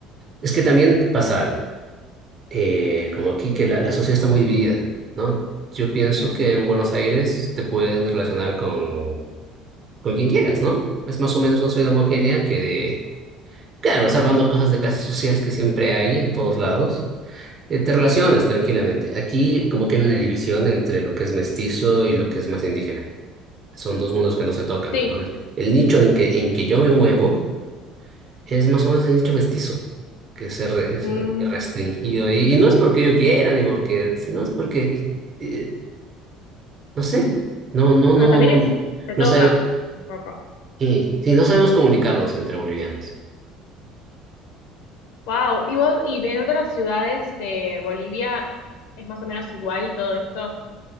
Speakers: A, on the right (about 25°); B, on the left (about 80°).
A: Es que también pasa algo. eh, como aquí que la, la sociedad está muy dividida, ¿no? Yo pienso
B: Mm,
A: que en Buenos Aires te puedes relacionar con, con quien quieras, ¿no? Es más o menos una sociedad homogénea que de Claro, salvando cosas de clases sociales que siempre hay en todos lados, eh, te relacionas
B: mm,
A: tranquilamente. Aquí como que hay una división entre lo que es mestizo y lo que es más indígena. Son dos mundos que no se tocan.
B: sí.
A: Entonces, el nicho en que, en que yo me muevo es más o menos el nicho mestizo, que se re- es
B: Mm,
A: eh, restringido. Y, y no es porque yo quiera, ni porque, sino es porque, eh, no sé, no, no,
B: bueno,
A: no,
B: también
A: no,
B: es,
A: no,
B: te
A: no
B: toca
A: sé,
B: un poco.
A: eh, sí, no sabemos comunicarnos entre bolivianos.
B: wow. ¿Y vos, y en otras ciudades de Bolivia es más o menos igual todo esto?